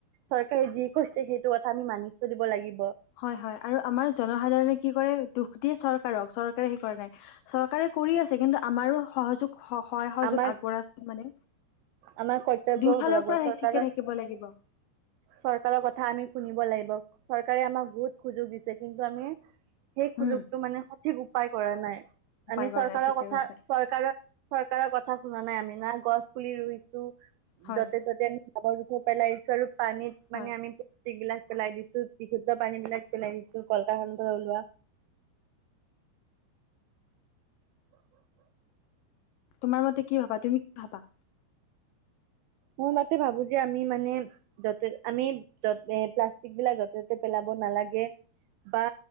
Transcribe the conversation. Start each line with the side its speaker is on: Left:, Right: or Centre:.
Right: চৰকাৰে যি কৈছে কথা আমি মানি চলিব লাগিব।
Left: হয়, হয়। আৰু আমাৰ জনসাধাৰণে কি কৰে, দুখ দিয়ে চৰকাৰক চৰকাৰেহে কৰা নাই। চৰকাৰে কৰি আছে। কিন্তু আমাৰো সহযোগ স-সহায় সহযোগ
Right: আমাৰ
Left: আগবঢ়াই মানে?
Right: আমাৰ কৰ্তব্য
Left: দুয়োফালৰ
Right: হব লাগিব
Left: পৰা হে
Right: চৰকাৰৰ
Left: ঠিকে থাকিব লাগিব।
Right: চৰকাৰৰ কথা আমি শুনিব লাগিব। চৰকাৰে আমাক বহুত সুযোগ দিছে কিন্তু আমি সেই সুযোগতো
Left: উম
Right: মানে সঠিক উপায় কৰা নাই।
Left: উপায়
Right: আমি চৰকাৰৰ
Left: কৰা নাই ঠিকে
Right: কথা
Left: কৈছে
Right: চৰকাৰৰ চৰকাৰৰ কথা শুনা নাই আমি। না গছ পুলি ৰুইছো,
Left: হয়
Right: য'তে ত'তে আমি জাবৰ-জোথৰ পেলাইছো আৰু পানীত
Left: হয়
Right: মানে আমি বিলাক পেলাই দিছো, বিশুদ্ধ পানী বিলাক পেলাই দিছো, কল কাৰখানা পৰা ওলোৱা <inaudible>
Left: তোমাৰ মতে কি ভাবা? তুমি কি ভাবা?
Right: মোৰ মতে ভাবো যে আমি মানে য'তে-আমি য'তে, প্লাষ্টিক বিলাক য'তে-ত'তে পেলাব নালাগে। বা